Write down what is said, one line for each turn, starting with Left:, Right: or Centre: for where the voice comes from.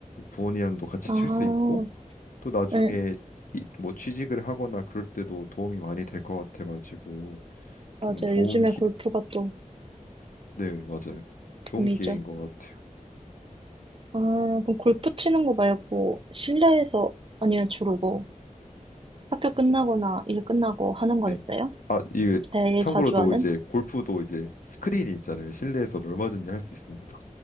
Left: 부모님도 같이
Right: 아,
Left: 칠 수 있고 또 나중에
Right: 응,
Left: 이, 뭐 취직을 하거나 그럴 때도 도움이 많이 될 것 같아가지고
Right: 맞아요.
Left: 좀 좋은
Right: 요즘에
Left: 기,
Right: 골프가 또
Left: 네, 맞아요. 좋은
Right: 붐이죠.
Left: 기회인 것 같아요.
Right: 아, 그럼 골프 치는 거 말고 실내에서 아니면 주로 뭐 학교 끝나거나 일 끝나고 하는 건
Left: 네.
Right: 있어요?
Left: 아, 이게
Right: 제일
Left: 참고로도
Right: 자주 하는?
Left: 이제 골프도 이제 스크린이 있잖아요. 실내에서 얼마든지 할 수 있습니다.